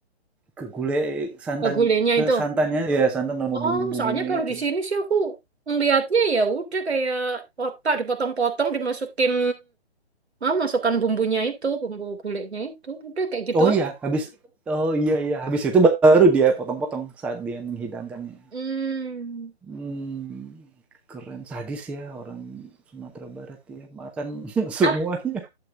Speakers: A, in the centre; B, on the right (about 75°).
A: ke gulai santan
B: ke gulainya
A: ke
B: itu
A: santannya ya santan sama
B: oh
A: bumbu-bumbunya
B: soalnya kalau
A: itu.
B: di sini sih aku ngelihatnya ya udah kayak otak dipotong-potong dimasukin ah, masukkan bumbunya itu bumbu gulainya itu udah kayak gitu
A: Oh iya,
B: aja.
A: habis oh iya iya habis itu baru dia potong-potong saat dia menghidangkannya.
B: Hmm.
A: Mmm, keren. Sadis ya orang Sumatera Barat ya, makan <laughs> semuanya.
B: Ap-